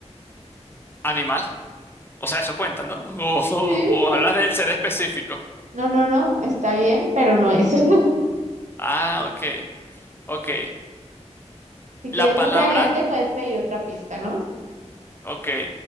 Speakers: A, on the left; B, on the right.
A: Animal. O sea, eso cuenta, ¿no? <laughs> O, o-
B: Sí, sí.
A: o hablas del ser específico.
B: No, no, no, está bien, pero no es. <laughs>
A: Ah, ok, ok.
B: Si quieres
A: La palabra,
B: más adelante puedes pedir otra pista, ¿no?
A: ok.